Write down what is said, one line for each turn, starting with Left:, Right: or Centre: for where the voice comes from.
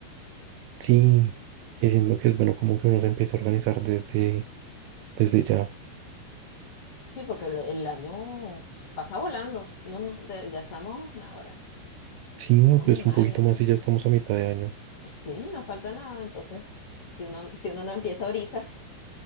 Right: Sí, y siento que es bueno como que uno se empieza a organizar desde, desde ya.
Left: Sí, porque el, el año pasa volando. Uno no- te- ya estamos ahora,
Right: Sí,
Left: estamos
Right: pues
Left: en
Right: un
Left: mayo,
Right: poquito
Left: ¿no?
Right: más y ya estamos a mitad de año.
Left: Sí, no falta nada. Entonces, si uno, si uno no empieza ahorita, <laughs>